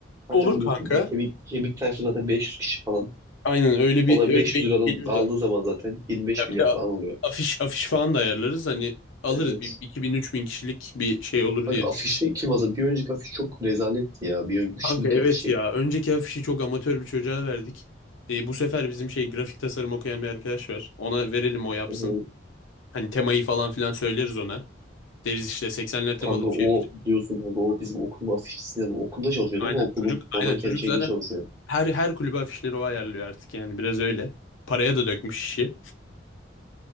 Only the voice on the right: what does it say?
Zaten
biliyorsun
bizim kemik, kemik tayfası zaten 500 kişi falan.
Onlar
500
liradan
aldığı
zaman zaten 25
milyar
falan oluyor.
Evet.
Bak
afişi
kim hazır? Bir önceki afiş çok rezaletti ya. Bir önceki,
şimdiki
afişi.
O,
kanka
o
biliyorsun kanka o bizim okulun afişçisinden. Okulda çalışıyor
değil mi? Okulun
normal kendi
şeyinde
çalışıyor.